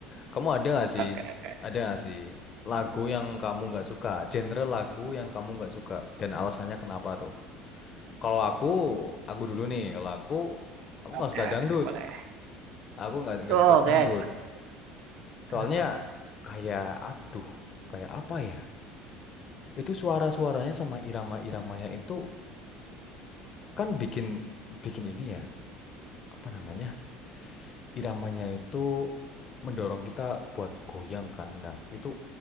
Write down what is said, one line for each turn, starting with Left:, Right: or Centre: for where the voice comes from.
Left: Kamu ada gak sih?
Right: Oke, oke.
Left: Ada gak sih lagu yang kamu nggak suka? Genre lagu yang kamu nggak suka dan alasannya kenapa tuh? Kalau aku, aku dulu nih. Kalau aku, aku nggak
Right: Oke,
Left: suka dangdut.
Right: boleh.
Left: Aku nggak nggak
Right: Oh,
Left: suka
Right: Oke,
Left: dangdut.
Right: kenapa,
Left: Soalnya
Right: kenapa tuh?
Left: kayak, aduh, kayak apa ya? Itu suara-suaranya sama irama-iramanya itu kan bikin bikin ini ya. apa namanya iramanya itu mendorong kita buat goyang kan nah itu